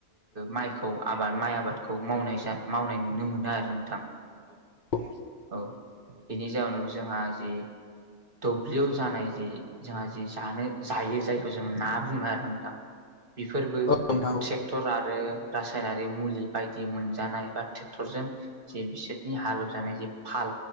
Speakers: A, on the right; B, on the left.
A: माइखौ आबाद माइ आबादखौ मावनाय जा मावनाय नुनो मोनो आरो नोंथां
B: औ
A: औ बेनि जाउोनाव जोंहा जि दुब्लियाव जानाय जि जोंहा जिे जानो जायो जायखौ जों ना बुङो आरो नोंथां बेफोरबो
B: औ
A: ट्रेक
B: नोंथां
A: ट्रेक्टर आरो रासायनारि मुलि बायदि मोनजानाय बा ट्रेक्टरजों ज बिसोरनि हालेवजानाय जे फाल